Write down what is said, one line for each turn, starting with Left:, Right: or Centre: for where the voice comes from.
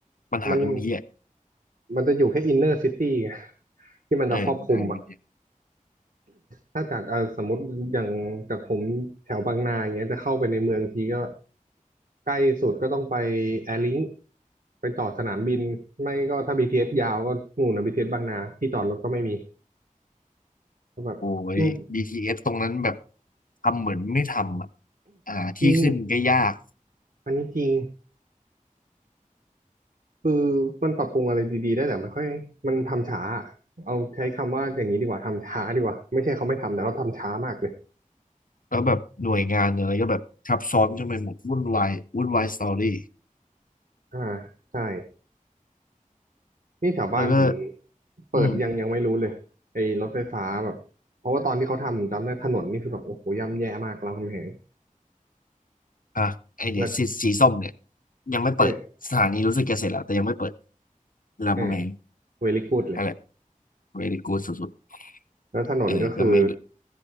Left: ปัญหาคือมันเหี้ย
Right: มันมันจะอยู่แค่อินเนอร์ซิตี้ไงที่มันจะครอบคลุมอ่ะ
Left: เออปัญหามันเหี้ย
Right: ถ้าจากเออสมมติอย่างจากผมแถวบางนาอย่างเงี้ยจะเข้าไปในเมืองทีก็ใกล้สุดก็ต้องไปแอร์ลิงไปต่อสนามบินไม่ก็ถ้า BTS ยาวก็นู่นนะบีทีเ t สบางนาที่จอดรถก็ไม่มีก็แบบอืม
Left: โอ้ย BTS ตรงนั้นแบบทำเหมือนไม่ทำอะ่าที่ขึ้นก็ยาก
Right: จริงอันนี้จริงคือมันปรับปรุงอะไรดีๆได้แต่ไม่ค่อยมันทำช้าเอาใช้คำว่าอย่างนี้ดีกว่าทำช้าดีกว่าไม่ใช่เขาไม่ทำแต่เขาทำช้ามากเลย
Left: แล้วแบบหน่วยงานอะไรก็แบบทับซ้อนจนไปหมดวุ่นวายวุ่นวายสตอรี่
Right: อ่าใช่ นี่แถวบ้านผม
Left: แล้วก็
Right: เปิดยังยังไม่รู้เลยไอ้รถไฟฟ้าแบบเพราะว่าตอนที่เขาทำจำได้ถนนนี่คือแบบโอ้โหย่ำแย่มากรามคำแหง
Left: อืมอ่ะไอเนี่ยสีสีส้มเนี่ย
Right: แล้ว
Left: ยังไม่เปิดสถานีรู้สึกจะเสร็จแล้วแต่ยังไม่เปิด
Right: เออ
Left: รามคำแหง
Right: เออเวลิกูดเลย
Left: อะไรเวลิกูสุด
Right: แล้วถนนก็คือ
Left: ๆเออก็ไมู่